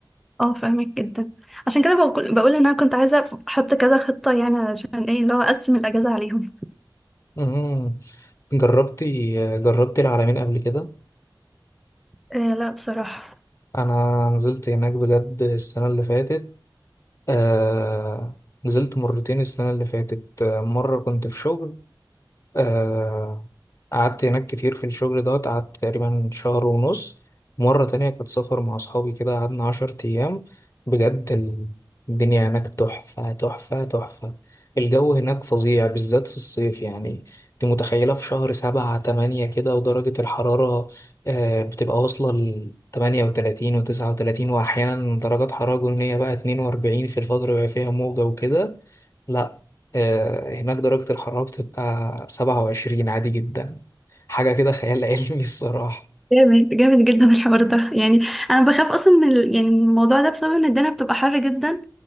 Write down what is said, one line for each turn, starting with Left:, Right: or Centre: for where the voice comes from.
Centre: اه فاهمك جدا عشان كده بقول بقول ان انا كنت عايزه احط كذا خطه يعني عشان ايه اللي هو اقسم الاجازه عليهم
Left: مم. جربتي جربتي العلمين قبل كده
Centre: آه لا بصراحه
Left: انا نزلت هناك بجد السنه اللي فاتت آه... نزلت مرتين السنه اللي فاتت آه، مره كنت في شغل آه قعدت هناك كتير في الشغل دوت قعدت تقريبا شهر ونص مرة تانية كنت سافر مع أصحابي كده قعدنا عشر أيام بجد ال- الدنيا هناك تحفة تحفة تحفة الجو هناك فظيع بالذات في الصيف يعني أنت متخيلة في شهر سبعة تمانية كده ودرجة الحرارة آه بتبقى واصلة لتمانية وتلاتين وتسعة وتلاتين وأحيانا درجات حرارة جنونية بقى اتنين وأربعين في الفترة اللي بيبقى فيها موجة وكده لا آه، هناك درجة الحرارة بتبقى 27 عادي جدا حاجة كده خيال علمي الصراحة
Centre: جامد جامد جدا الحوار ده يعني انا بخاف اصلا من ال- يعني من الموضوع ده بسبب ان الدنيا بتبقى حر جدا